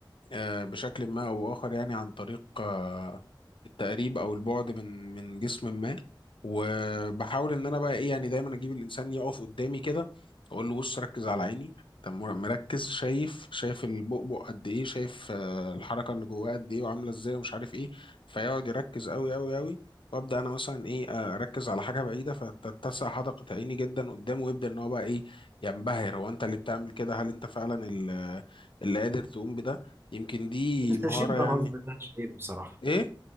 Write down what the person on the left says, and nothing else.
آه، بشكل ما أو بآخر يعني عن طريق آه، التقريب أو البعد من من جسم ما وبحاول إن أنا بقى إيه يعني دايما أجيب الإنسان يقف قدامي كده أقول له بص ركز على عيني طب مر- مركز شايف شايف البؤبؤ قد إيه شايف آه، الحركة اللي جواه قد إيه وعاملة إزاي ومش عارف إيه فيقعد يركز أوي أوي أوي وابدا انا مثلا ايه آه، اركز على حاجه بعيده فتتسع حدقه عيني جدا قدامه ويبدا ان هو بقى ايه ينبهر هو انت اللي بتعمل كده هل انت فعلا ال- اللي قادر تقوم بده يمكن دي
مهارة
يعني
ايه